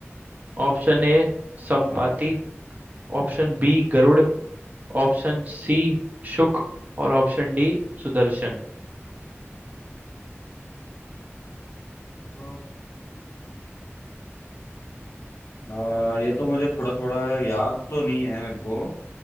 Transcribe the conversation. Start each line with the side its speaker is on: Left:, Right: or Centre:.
Right: Option A Sampati
Left: हाँ
Right: option B Garuda option C Shuk और ऑप्शन डी सुदर्शन
Left: हाँ और ये तो मुझे थोड़ा थोड़ा याद तो नहीं है मेरे को